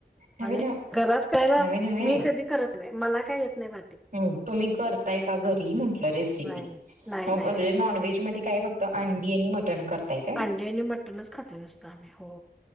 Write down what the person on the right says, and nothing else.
नवे
न
नवे नवे
ह तुम्ही करताय का घरी म्हंटलं रेसिपी
मग
म्हणजे
नॉनव्हेज मध्ये काय बत अंडी आणि मटण करताय का